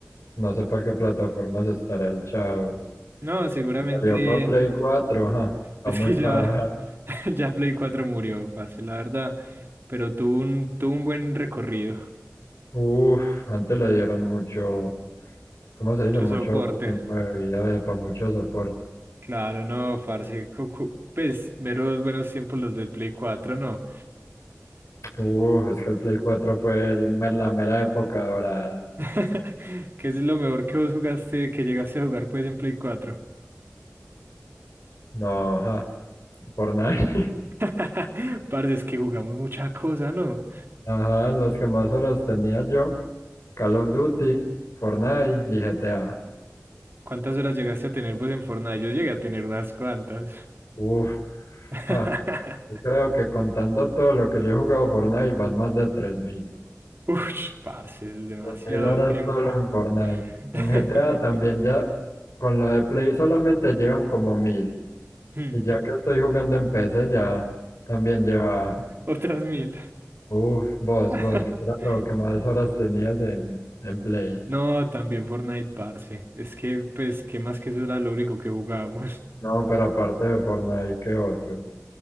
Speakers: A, on the left; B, on the right.
A: no sé para qué plataformas estará el Chao.
B: No,
A: Sí,
B: seguramente
A: Salió para Play cuatro ajá, está
B: es
A: muy
B: que
A: parado.
B: ya, <laughs> ya Play 4 murió, parce, la verdad. Pero tuvo un, tuvo un buen recorrido.
A: Uf, antes le dieron mucho, ¿cómo se
B: Mucho
A: dice? Mucho
B: soporte.
A: tiempo de vida para mucho soporte.
B: Claro, no, parce. cu- cu- Pues, meros buenos tiempos los del Play 4, no.
A: Uf, es que el Play 4 fue el mer- la mera época dorada.
B: <laughs> ¿Qué es lo mejor que vos jugaste, que llegaste a jugar, pues, en Play cuatro?
A: No, ajá, Fortnite.
B: <laughs> Parce, es que jugamos mucha cosa, ¿no?
A: Ajá, los que más horas tenía yo, Call of Duty, Fortnite y GTA.
B: ¿Cuántas horas llegaste a tener vos en Fortnite? Yo llegué a tener unas cuantas.
A: Uf,
B: <laughs>
A: ja, yo creo que contando todo lo que yo he jugado Fortnite van más de tres mil.
B: Ush, parce, es demasiado
A: Tres mil horas
B: tiempo.
A: solo en Fortnite.
B: <laughs>
A: En GTA también ya, con lo de Play solamente llevan como 1.000.
B: Hmm,
A: Y ya que estoy jugando en PC ya también lleva,
B: Otras mil.
A: uf, vos,
B: <laughs>
A: vos, que era lo que más horas tenías en, en Play.
B: No, también Fortnite, parce. Es que, pues, ¿qué más que eso era lo único que jugábamos?
A: No, pero aparte de Fortnite, ¿qué otros?